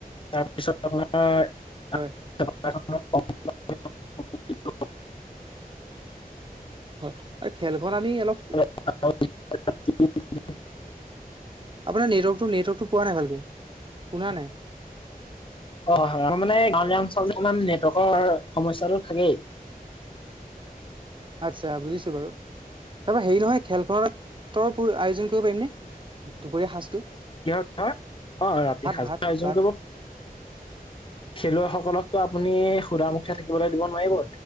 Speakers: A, on the left (about 35°); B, on the right (about 35°).
A: তাৰপিছত আপোনাৰ
B: হয়
A: <inaudible> <unintelligible>
B: হয় আৰু খেলখন আমি অলপ
A: <unintelligible>
B: আপোনাৰ নেটৱৰ্কটো নেটৱৰ্কটো পোৱা নাই ভালকে, শুনা নাই।
A: হয় হয় আমা মানে গাঁৱলীয়া অঞ্চলত ইমান নেটৱৰ্কৰ সমস্যাটো থাকেই।
B: আচ্ছা বুজিছো বাৰু তাৰপৰা হেৰি নহয় খেলখন আয়োজন কৰিব পাৰিমনে? দুপৰীয়া সাজটো
A: <unintelligible> কৰা হব কাৰণ
B: ভাত ভাত
A: খেলুৱৈসকলকতো আপুনি সুধা মুখে থাকিবলৈ দিব নোৱাৰিব।